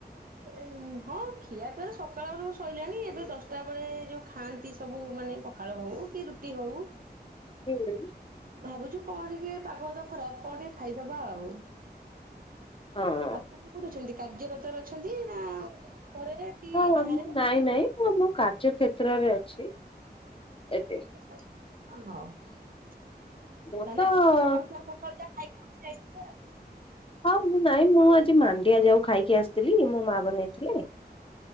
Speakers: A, on the right; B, on the left.
A: ଏ, ହଁ ଖିଆପିଆ ତ ସକାଳରୁ ସରିଲାଣି, ଏବେ ଦଶଟା ବେଳେ ଯୋଉ ଖାଆନ୍ତି ସବୁ ମାନେ ପଖାଳ ହଉ କି ରୁଟି ହଉ।
B: <unintelligible>
A: ଭାବୁଛୁ କଣ ଇଏ ପାଗ ତ ଖରାପ, କଣ ଟିକେ ଖାଇଦବା ଆଉ।
B: ହଁ।
A: <unintelligible> କୋଉଠି ଅଛନ୍ତି, କାର୍ଯ୍ୟ <unintelligible> ଅଛନ୍ତି ନା ଘରେ କି
B: ହଁ,
A: ବାହାରେ?
B: ମୁଁ ନାଇଁ ନାଇଁ, ମୁଁ ମୋ କାର୍ଯ୍ୟ କ୍ଷେତ୍ରରେ ଅଛି ଏବେ।
A: <unintelligible> ଆ ହଉ, ତାହେଲେ
B: ମୁଁ ତ
A: ଆପଣଙ୍କୁ ପୁରା <unintelligible> ଖାଇକି ବୋଧେ ଯାଇଥିବେ ଆଉ।
B: ହଁ, ମୁଁ ନାଇଁ, ମୁଁ ଆଜି ମାଣ୍ଡିଆ ଜାଉ ଖାଇକି ଆସିଥିଲି, ମୋ ମା ବନେଇଥିଲେ।